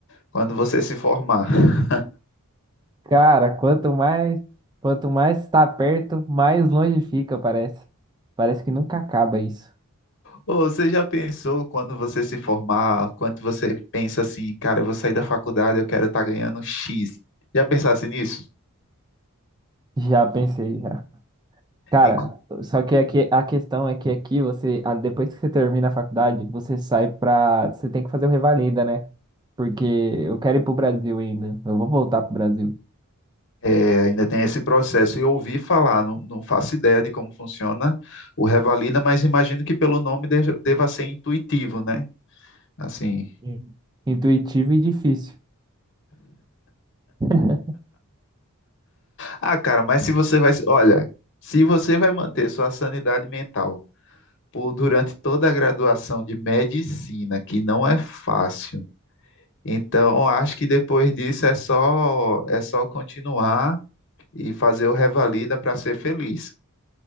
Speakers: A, on the left (about 55°); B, on the right (about 20°).
A: quando você se formar. <laughs>
B: Cara, quanto mais, quanto mais está perto, mais longe fica, parece. Parece que nunca acaba isso.
A: Ô, você já pensou quando você se formar, quanto você pensa assim, cara, eu vou sair da faculdade, eu quero estar ganhando X. Já pensasse nisso?
B: <laughs> Já pensei, já. Cara,
A: E co-
B: só que aqui, a questão é que aqui você, ah, depois que você termina a faculdade, você sai pra. Você tem que fazer o revalida, né? Porque eu quero ir pro Brasil ainda. Eu vou voltar pro Brasil.
A: é, ainda tem esse processo. Eu ouvi falar, não, não faço ideia de como funciona o Revalida, mas imagino que pelo nome deja- deva ser intuitivo, né? Assim.
B: Sim. Intuitivo e difícil. <laughs>
A: Ah, cara, mas se você vai. Olha, se você vai manter sua sanidade mental por, durante toda a graduação de medicina, que não é fácil, então acho que depois disso é só, é só continuar e fazer o revalida para ser feliz.